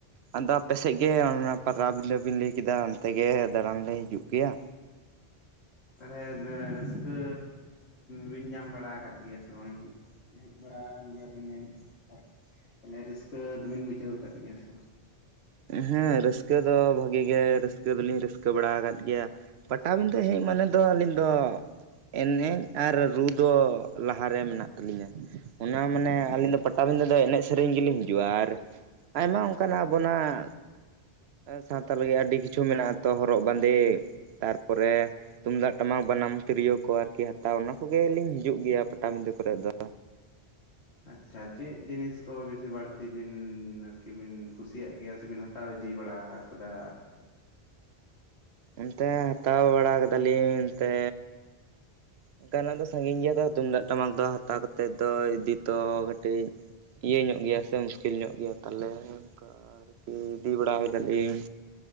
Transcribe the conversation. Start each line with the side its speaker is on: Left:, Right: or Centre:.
Right: ᱟᱫᱚ ᱟᱯᱮᱥᱮᱫ ᱜᱮ ᱚᱱᱟ ᱯᱟᱛᱟᱵᱤᱸᱫᱟᱹ ᱵᱤᱱ ᱞᱟᱹᱭ ᱠᱮᱫᱟ ᱛᱮᱜᱮ ᱫᱟᱬᱟᱱ ᱞᱮ ᱦᱤᱡᱩᱜ ᱜᱮᱭᱟ
Left: ᱛᱟᱦᱞᱮ ᱨᱟᱹᱥᱠᱟᱹ ᱵᱤᱱ ᱧᱟᱢ ᱵᱟᱲᱟ ᱟᱠᱟᱫ ᱜᱮᱭᱟ ᱥᱮ ᱵᱟᱝ ᱦᱮᱡ ᱵᱟᱲᱟ ᱟᱠᱟᱱ ᱜᱮᱭᱟ ᱵᱤᱱ ᱡᱟᱹᱱᱤᱡ ᱠᱷᱟᱡ ᱛᱟᱦᱞᱮ ᱨᱟᱹᱥᱠᱟᱹ ᱫᱚᱵᱤᱱ ᱵᱩᱡᱷᱟᱹᱣ ᱟᱠᱟᱫ ᱜᱮᱭᱟ ᱥᱮ ᱵᱟᱝ
Right: ᱦᱮᱸ ᱨᱟᱹᱥᱠᱟᱹ ᱫᱚ ᱵᱷᱟᱹᱜᱤ ᱜᱮ ᱨᱟᱹᱥᱠᱟᱹ ᱫᱚᱞᱤᱧ ᱨᱟᱹᱥᱠᱟᱹ ᱵᱟᱲᱟ ᱟᱠᱟᱫ ᱜᱮᱭᱟ ᱯᱟᱴᱟᱵᱤᱸᱫᱷᱟᱹ ᱦᱮᱡ ᱢᱟᱱᱮᱫᱚ ᱟᱹᱞᱤᱧ ᱫᱚ ᱮᱱᱮᱡ ᱟᱨ ᱨᱩ ᱫᱚ ᱞᱟᱦᱟ ᱨᱮ ᱢᱮᱱᱟᱜ ᱛᱟᱹᱞᱤᱧᱟ ᱚᱱᱟ ᱢᱟᱱᱮ ᱟᱹᱞᱤᱧ ᱫᱚ ᱯᱟᱴᱟᱵᱤᱸᱫᱷᱟᱹ ᱫᱚ ᱮᱱᱮᱡ ᱥᱮᱨᱮᱧ ᱜᱮᱞᱤᱧ ᱦᱤᱡᱩᱜ-ᱟ ᱟᱨ ᱟᱭᱢᱟ ᱚᱱᱠᱟᱱᱟᱜ ᱟᱵᱚᱱᱟᱜ ᱥᱟᱱᱛᱟᱞ ᱜᱮ ᱟᱹᱰᱤ ᱠᱤᱪᱷᱩ ᱢᱮᱱᱟᱜ-ᱟ ᱛᱚ ᱦᱚᱨᱚᱜ ᱵᱟᱸᱫᱮ ᱛᱟᱨᱯᱚᱨᱮ ᱛᱩᱢᱫᱟᱜ ᱴᱟᱢᱟᱠ ᱵᱟᱱᱟᱢ ᱛᱤᱨᱭᱳ ᱠᱚ ᱟᱨᱠᱤ ᱦᱟᱛᱟᱣ ᱚᱱᱟ ᱠᱚᱜᱮ ᱞᱤᱧ ᱦᱤᱡᱩᱜ ᱜᱮᱭᱟ ᱯᱟᱴᱟᱵᱤᱸᱫᱟᱹ ᱠᱚᱨᱮ ᱫᱚ
Left: ᱟᱪᱪᱷᱟ ᱪᱮᱫ ᱡᱤᱱᱤᱥ ᱠᱚ ᱵᱮᱥᱤ ᱵᱟᱹᱲᱛᱤ ᱵᱤᱱ ᱟᱨᱠᱤ ᱵᱤᱱ ᱠᱩᱥᱤᱭᱟᱜ ᱜᱮᱭᱟ ᱥᱮ ᱵᱤᱱ ᱦᱟᱛᱟᱣ ᱤᱫᱤ ᱵᱟᱲᱟ ᱟᱠᱟᱫᱟ
Right: ᱚᱱᱛᱮ ᱦᱟᱛᱟᱣ ᱵᱟᱲᱟ ᱟᱠᱟᱫᱟ ᱞᱤᱧ ᱮᱱᱛᱮ ᱚᱱᱠᱟᱱᱟᱜ ᱫᱚ ᱥᱟᱜᱤᱧ ᱜᱮᱭᱟ ᱛᱚ ᱛᱩᱢᱫᱟᱜ ᱴᱟᱢᱟᱠ ᱫᱚ ᱦᱟᱛᱟᱣ ᱠᱟᱛᱮ ᱫᱚ ᱤᱫᱤ ᱛᱚ ᱠᱟᱹᱴᱤᱡ ᱤᱭᱟᱹ ᱧᱚᱜ ᱜᱮᱭᱟ ᱥᱮ ᱢᱩᱥᱠᱤᱞ ᱧᱚᱜ ᱜᱮᱭᱟ ᱛᱟᱦᱞᱮ ᱚᱱᱠᱟ ᱟᱨᱠᱤ ᱤᱫᱤ ᱵᱟᱲᱟ ᱟᱠᱟᱫᱟ ᱞᱤᱧ